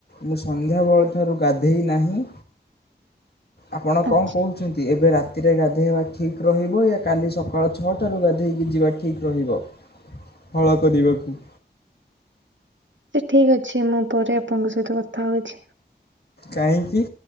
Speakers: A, on the left (about 60°); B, on the right (about 85°).
A: ମୁଁ ସନ୍ଧ୍ୟାବେଳଠାରୁ ଗାଧେଇ ନାହିଁ। ଆପଣ
B: ଆଚ୍ଛା
A: କଣ କହୁ ଛନ୍ତି ଏବେ ରାତିରେ ଗାଧେଇବା ଠିକ୍ ରହିବ ୟା କାଲି ସକାଳ ଛଅଟାରୁ ଗାଧେଇକି ଯିବା ଠିକ୍ ରହିବ? ହଳ କରିବାକୁ।
B: ସେ ଠିକ୍ ଅଛି ମୁଁ ପରେ ଆପଣଙ୍କ ସହିତ କଥା ହଉଛି।
A: କାହିଁକି?